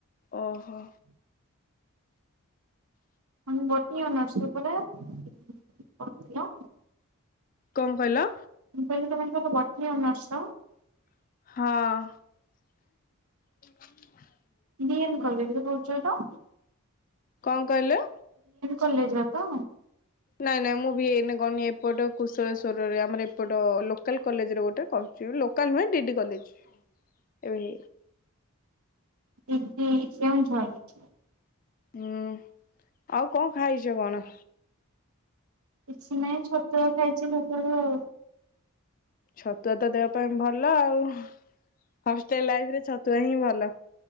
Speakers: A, on the left; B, on the right.
A: ଓହୋ
B: ଆ ବଟିର୍ସ ଉପରେ ପଥିଲ।
A: କଣ କହିଲ।
B: କହିଲି ତମେ ତେ ବାଟନୀ ଅନର୍ସ।
A: ହଁ। ହ।
B: ଦଏନ୍ କଲେଜରେ ପଢୁଛ ତ।
A: କଣ କହିଲ।
B: କଲେଜରେ ରତ।
A: ନାଇଁ ନାଇଁ ମୁଁ ବି ଭି ନ କହୁନି ଏପଟ କୁଶଳେଶ୍ଵରରେ ଆମର ଏପଟ ଲୋକାଲ କଲେଜରେ ଗୋଟେ କରୁଛି। ଲୋକାଲ ନୁହେଁ ଡିଡି କଲେ।
B: <unintelligible>
A: ଏହୁଈ।
B: <unintelligible> କେଉଁଝର।
A: ହୁଁ ଆଉ କଣ ଖାଇଛ କଣ?
B: କିଛି ନାଇହିଁ ଛତୁଆ ଖାଇଛି ମୁଁ ତ ଆଉ
A: ଛତୁଆ ତ ଦେହ ପାଇଁ ଭଲ ଆଉ ହସ୍‌ ଟେଲ ଲାଇଫ ରେ ଛତୁଆ ହିଁ ଭଲ।